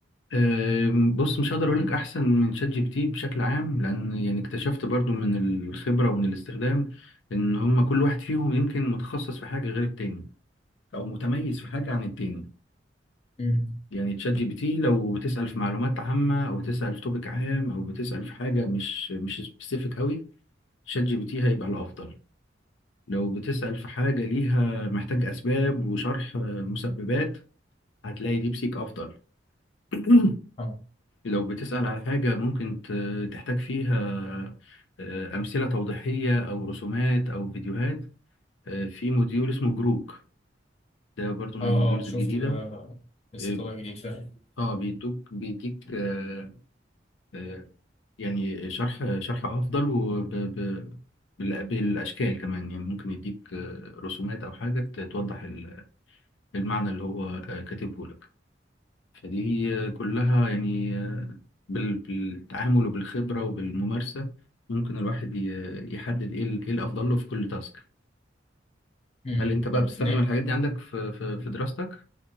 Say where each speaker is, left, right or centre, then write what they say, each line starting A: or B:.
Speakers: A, on the left; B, on the left.
A: آم، بص مش هقدر اقول لك احسن من شات جي بي تي بشكل عام لان يعني اكتشفت برضو من الخبره ومن الاستخدام ان هم كل واحد فيهم يمكن متخصص في حاجه غير التاني او متميز في حاجه عن التاني
B: امم
A: يعني تشات جي بي تي لو بتسال في معلومات عامه او بتسال في توبيك عام او بتسال في حاجه مش مش سبيسيفيك قوي شات جي بي تي هيبقى الافضل لو بتسأل في حاجة ليها محتاج أسباب وشرح آه، مسببات هتلاقي ديب سيك أفضل <clears throat>
B: اه
A: لو بتسأل على حاجة ممكن ت- تحتاج فيها آه، أمثلة توضيحية أو رسومات أو فيديوهات آه، في موديول اسمه جروك ده برضو من
B: اه
A: الموديولز
B: اه شفت
A: الجديدة
B: ده لسه
A: اه
B: طالع جديد فعلا
A: آه، بيدوك بيديك آه، آه، يعني شرح شرح أفضل وبالأشكال كمان يعني ممكن يديك آه، رسومات أو حاجة ت- توضح ال- المعنى اللي هو آه، كاتبه لك فدي كلها يعني بال- بالتعامل وبالخبرة وبالممارسة ممكن الواحد ي- يحدد ايه ال- ايه الافضل له في كل تاسك
B: امم
A: هل انت بقى
B: طب
A: بتستخدم
B: نا-
A: الحاجات دي عندك في في في دراستك